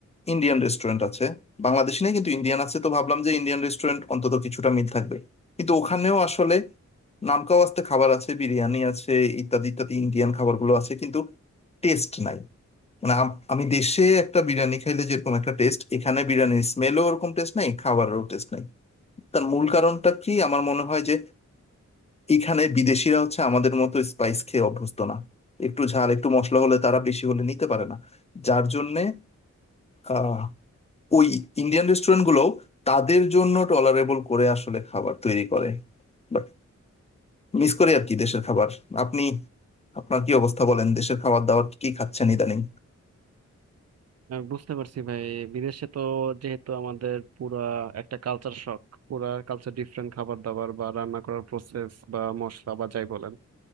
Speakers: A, on the left; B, on the right.
A: ইন্ডিয়ান রেস্টুরেন্ট আছে বাংলাদেশি নেই কিন্তু ইন্ডিয়ান আছে তো ভাবলাম যে ইন্ডিয়ান রেস্টুরেন্ট অন্তত কিছুটা মিল থাকবে কিন্তু ওখানেও আসলে নামকাওয়াস্তে খাবার আছে বিরিয়ানি আছে ইত্যাদি ইত্যাদি ইন্ডিয়ান খাবারগুলো আছে কিন্তু টেস্ট নাই মানে আম- আমি দেশে একটা বিরিয়ানি খাইলে যেরকম একটা টেস্ট এখানে বিরিয়ানির স্মেলও ওরকম টেস্ট নাই খাবারেরও টেস্ট নাই তার মূল কারণটা কি আমার মনে হয় যে এখানে বিদেশিরা হচ্ছে আমাদের মতো স্পাইস খেয়ে অভ্যস্ত না একটু ঝাল একটু মশলা হলে তারা বেশি হলে নিতে পারে না যার জন্যে আহ ওই ইন্ডিয়ান রেস্টুরেন্ট গুলো তাদের জন্য টলারেবল করে আসলে খাবার তৈরি করে বাট মিস করি আর কি দেশের খাবার আপনি আপনার কি অবস্থা বলেন দেশের খাবার দাবার কি খাচ্ছেন ইদানিং
B: আহ বুঝতে পারছি ভাই বিদেশে তো যেহেতু আমাদের পুরা একটা কালচার শক পুরা কালচার ডিফারেন্ট খাবার দাবার বা রান্না করার প্রসেস বা মশলা বা যাই বলেন